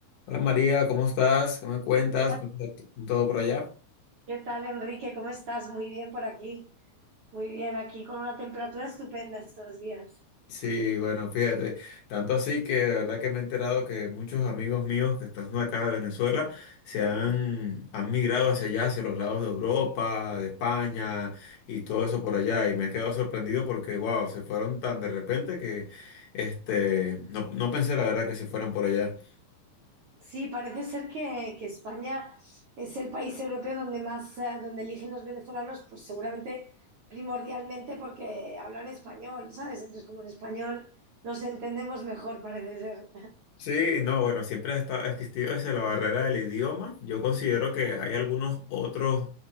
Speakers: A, on the left; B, on the right.
A: Hola María, ¿cómo estás? ¿Qué me cuentas?
B: ¿Qué tal,
A: ¿Cómo está t- todo por allá?
B: Enrique? ¿Cómo estás? Muy bien por aquí. Muy bien, aquí con una temperatura estupenda estos días.
A: Sí, bueno, fíjate, tanto así que de verdad que me he enterado que muchos amigos míos que están acá de Venezuela se han, han migrado hacia allá, hacia los lados de Europa, de España y todo eso por allá. Y me he quedado sorprendido porque, wow, se fueron tan de repente que este, no, no pensé la verdad que se fueran por allá.
B: Sí, parece ser que, que España es el país europeo donde más, eh, donde eligen los venezolanos, pues seguramente primordialmente porque hablan español, ¿sabes? Entonces, como en español nos entendemos mejor, parece ser.
A: Sí, no, bueno, siempre ha esta- ha existido desde la barrera del idioma. Yo considero que hay algunos otros